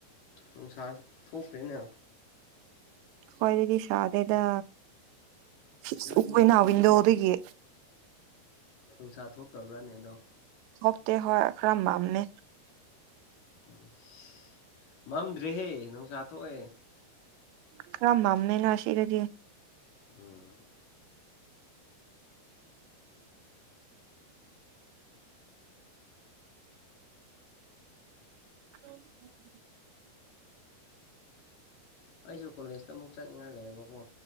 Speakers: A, on the left; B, on the right.
A: ꯅꯨꯡꯁꯥꯖꯦ ꯊꯣꯛꯇꯦꯅꯦ
B: ꯑꯩꯈꯣꯏꯗꯗꯤ ꯁꯥꯗꯦꯗ ꯁꯤ
A: ꯅꯣꯏꯒꯤ
B: ꯎꯋꯦꯅ ꯋꯤꯟꯗꯣꯗꯒꯤ
A: ꯅꯨꯡꯁꯥ ꯊꯣꯛꯇꯕ꯭ꯔꯥꯅꯦ ꯑꯗꯣ
B: ꯊꯣꯛꯇꯦ ꯍꯣꯏ ꯈ꯭ꯔ ꯃꯝꯃꯦ
A: ꯏꯁ ꯃꯝꯗ꯭ꯔꯦꯍꯦ ꯅꯨꯡꯁꯥ ꯊꯣꯛꯑꯦ
B: ꯈꯔꯥ ꯃꯨꯝꯃꯦꯅ ꯁꯤꯗꯗꯤ
A: ꯎꯝ
B: <inaudible>
A: ꯑꯩꯖꯨ ꯀꯣꯂꯦꯖꯇ ꯑꯃꯨꯛ ꯆꯠꯅꯤꯡꯉꯥꯏ ꯂꯩꯌꯦꯕꯀꯣ